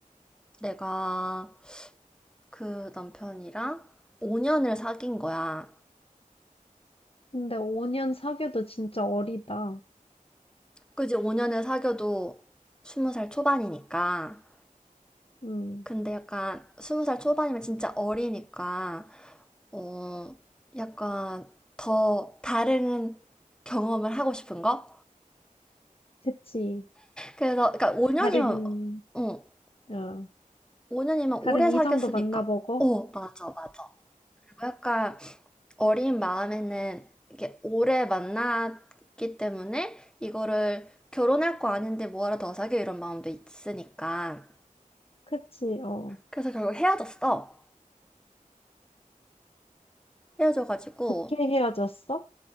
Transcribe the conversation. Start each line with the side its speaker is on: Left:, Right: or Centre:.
Centre: 내가 그 남편이랑 5년을 사귄 거야.
Left: 근데 5년 사귀어도 진짜 어리다.
Centre: 그지, 5년을 사귀어도 20살 초반이니까.
Left: 음,
Centre: 근데 약간 스무 살 초반이면 진짜 어리니까 어 약간 더 다른 경험을 하고 싶은 거?
Left: 그치.
Centre: 그래서 그러니까 5년이면
Left: 다른,
Centre: 어
Left: 어,
Centre: 5년이면
Left: 다른
Centre: 오래
Left: 이성도
Centre: 사귀었으니까
Left: 만나보고.
Centre: 어 맞아 맞아 그리고 약간 어린 마음에는 이게 오래 만났기 때문에 이거를 결혼할 거 아닌데 뭐하러 더 사귀어 이런 마음도 있으니까
Left: 그치, 어.
Centre: 그래서 결국 헤어졌어 헤어져가지고
Left: 좋게 헤어졌어?